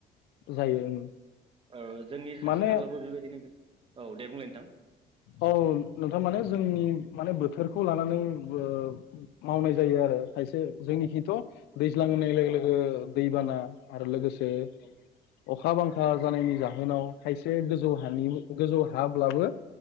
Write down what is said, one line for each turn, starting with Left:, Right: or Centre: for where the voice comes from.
Left: जायो ओं
Right: ओ जोंनि
Left: माने
Right: खाथि खालायावबो बेबायदिनो गो औ दे बुंलाय नोंथां
Left: औ नोंथां माने जोंनि माने बोथोरखौ लानानैबो मावनाय जायो आर रो खायसे जोंनिखिथ' दैज्लां होननाय लोगो लोगो दैबाना आरो लोगोसे
Right: औ
Left: अखा बांखा जानायनि जाहोनाव खायसे गोजौ हानि गोजौ हाब्लाबो